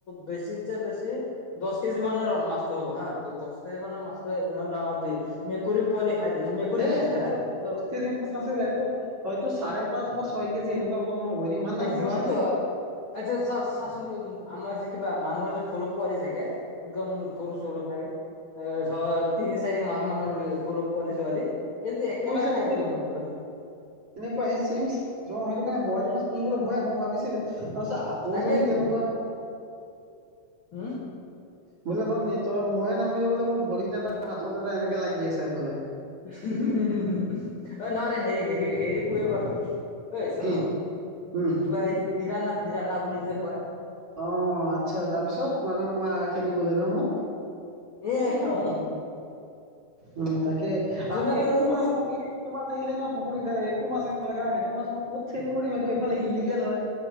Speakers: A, on the left; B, on the right.
A: বেছিতছে বেছি দছ কেজি মানৰ মাছটো হ'ব হা, দছ কেজি মানৰ মছটোৱে ইমান ডাঙৰ বে মেকুৰী পোৱালি খাই দিছে মেকুৰী
B: হে
A: খাই দিছে
B: সেইটো
A: হা
B: দচ
A: ত
B: কেজি মাছ নাছিল এইতো, হয়তো চাৰে পাঁচ বা ছয় কেজি এনেকুৱা ওজনৰ হ'ব ইমান ডাঙৰ
A: আ যিমানটো
B: নাছিল
A: হওক, আ চা চাচোন আমাৰ যে কিবা মানুহৰ যে সৰু পোৱালি থাকে একদম সৰু চৰু থাকে ধৰ তিনি চাৰি মাহ মানৰ সৰু পোৱালি ছোৱালী এইটোতো একেবাৰে
B: কুই চাইজটো
A: খাই দিব নফালে।
B: এনেকুৱা সেই চিমছ সেইটো কাৰণে বৰালি মাছ বলৈ ভয় মই ভাবিছিলোঁ ত' আকৌ
A: তাকেইতো
B: যদি তেনেকুৱা
A: হম।
B: বোলে তই, তই ময়ে নামিলো বোলে মোৰ ভৰিত এটা হাতত এটা এনেকে লাগি আছে বোলে।
A: অ, ন হেৰি হেৰি হেৰি প- ঐ ধুনু এই
B: কি উম
A: কিবা হেৰি ফিৰানা ফিৰানা বুলি যে কয়?
B: অ, আচ্ছা তাৰপিছত মানুহ মা খেদিবলৈ ন মোক
A: এ, অ,
B: উম উম, তাকে
A: যোনে
B: আৰু একো
A: তোৰ
B: মাছ
A: তোৰ
B: ন টো মাছ এৰিলে না পুখুৰীত যাই একো মাছ না সেইটো মাছ মই ক'ত চেল কৰিম সেইটো এইফালে ইলিগেল হয়।